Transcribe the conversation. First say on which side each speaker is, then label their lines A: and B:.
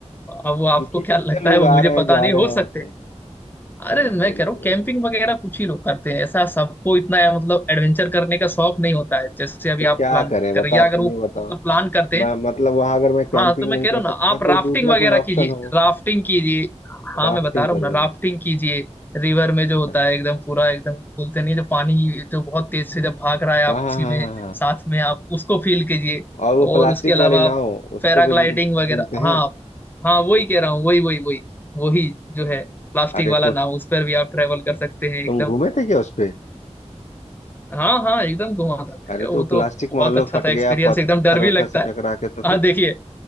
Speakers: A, on the left (about 15°); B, on the left (about 85°).
A: अब वो आपको
B: क्योंकि
A: क्या
B: इतने
A: लगता
B: लोग
A: है वो
B: आ
A: मुझे
B: रहे
A: पता
B: हैं जा
A: नहीं
B: रहे
A: हो
B: हैं वहां
A: सकते
B: पे
A: हैं
B: है
A: अरे
B: ना
A: मैं
B: तो मुझे
A: कह रहा हूँ कैंपिंग
B: लगा
A: वगैरह कुछ ही लोग करते हैं ऐसा सबको इतना मतलब एडवेंचर करने का
B: अच्छा,
A: शौक नहीं होता है जैसे अभी
B: तो
A: आप
B: क्या
A: प्लान
B: करें
A: कर
B: बताओ
A: रहे हैं। या
B: तुम
A: अगर वो
B: ही बताओ
A: मतलब प्लान करते
B: मैं
A: हैं
B: मतलब वहां अगर मैं कैंपिंग
A: हाँ तो मैं
B: नहीं
A: कह
B: कर
A: रहा हूँ
B: सकता
A: ना आप
B: तो
A: राफ्टिंग
B: दूसरा
A: वगैरह
B: कोई
A: कीजिए
B: ऑप्शन हो
A: राफ्टिंग कीजिए हाँ
B: राफ्टिंग
A: मैं बता रहा
B: करूँ
A: हूँ ना
B: मैं
A: राफ्टिंग कीजिए रिवर में
B: अच्छा
A: जो होता है एकदम पूरा एकदम बोलते नहीं है, जो पानी जो बहुत तेज से जब भाग रहा है आप
B: हाँ हाँ
A: उसी
B: हाँ
A: में
B: हाँ हाँ
A: साथ में आप उसको फील कीजिए
B: और वो
A: और
B: प्लास्टिक
A: उसके अलावा
B: वाली नाव
A: आप
B: उस
A: पैराग्लाइडिंग
B: पे जो घू-
A: वगैरह
B: घूमते
A: हाँ
B: हैं
A: हाँ वही कह रहा हूँ वही वही वही वही जो है प्लास्टिक
B: अरे
A: वाला
B: तो
A: नाव उस पर भी आप ट्रेवल कर सकते हैं एकदम
B: तुम घूमे थे क्या उस पे
A: हाँ हाँ एकदम घुमा था भैया,
B: अरे तो
A: वो तो
B: प्लास्टिक
A: बहुत
B: मान लो
A: अच्छा
B: फट
A: था
B: गया
A: एक्सपीरियंस
B: पत-
A: एकदम
B: पत्थर
A: डर भी
B: वत्थर
A: लगता
B: से
A: है
B: टकरा के तो
A: हाँ
B: फिर
A: देखिए